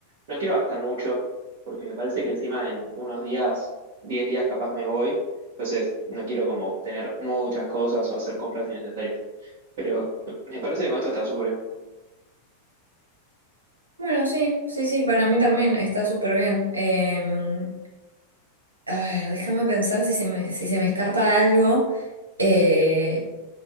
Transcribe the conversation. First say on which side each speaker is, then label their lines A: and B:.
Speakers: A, on the right; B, on the right.
A: No quiero gastar mucho, porque me parece que encima en unos días, 10 días capaz me voy. Entonces, no quiero como tener muchas cosas o hacer compras innecesarias. Pero me parece que con esto está súper bien.
B: Bueno, sí, sí, sí, para mí también está súper bien. Em, a ver, déjame pensar si se me, si se me escapa algo. Eh,